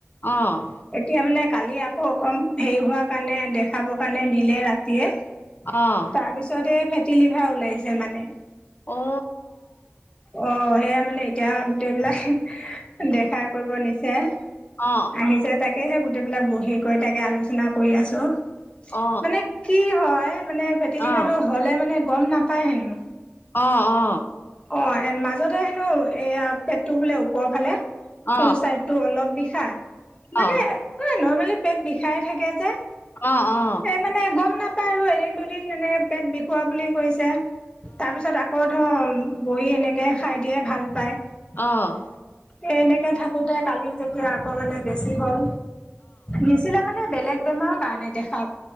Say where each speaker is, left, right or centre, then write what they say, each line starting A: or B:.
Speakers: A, on the left; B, on the left.
A: অ',
B: এতিয়া মানে, কালি আকৌ অকণ হেৰি হোৱা কাৰণে দেখাব কাৰণে নিলে ৰাতিয়ে।
A: অ',
B: তাৰপিছতে এ, ফেটি লিভাৰ ওলাইছে মানে।
A: অ
B: অ' সেয়া মানে এতিয়া গোটেইবিলা হে দেখাই কৰিব নিছে আহিছে
A: অ
B: তাক তাকেহে, গোটেইবিলাক বহি কৰি তাকে আলোচনা কৰি আছোঁ।
A: অ অ অ
B: মানে কি হয়, মানে ফেটলিভাটো
A: অ অ
B: হ'লে মানে গম নাপায় হেনো।
A: অ' অ'।
B: অ' এণ মাজতে হেনো এয়া পেটটো বোলে ওপৰৰ ফালে সু
A: অ অ
B: চাইড টো অলপ বিষাই মানে
A: অ
B: এ, নৰ্মেলি পেট বিষাই থাকে যে।
A: অ' অ'।
B: মানে এ, গম নাপায় আৰু এদিন, দুদিন এনেকে পেট বিষুৱা বুলি কৈছে তাৰপিছত আক ক'ত হ'ল বহী এনেকে খাই দিয়ে ভাল পায়।
A: অ',
B: এ, এনেকে থাকোঁতে কালি যেতিয়া আকৌ মানে বেছি হ'ল নিচিলে মানে, বেলেগ বেমাৰৰ কাৰণে দেখা